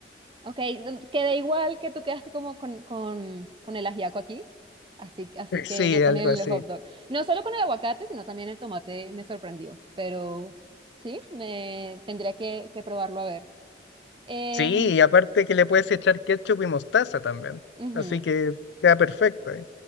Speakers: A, on the right (about 30°); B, on the left (about 75°).
A: Ok, em, queda igual que tú quedaste como con, con, con el ajiaco aquí. Así, así
B: <laughs>
A: que
B: Sí,
A: yo con
B: algo
A: el
B: así.
A: hot dog. No solo con el aguacate, sino también el tomate me sorprendió. Pero sí, me tendría que, que probarlo a ver. Em,
B: Sí, y aparte que le puedes echar ketchup y mostaza también,
A: ujú.
B: así que queda perfecto.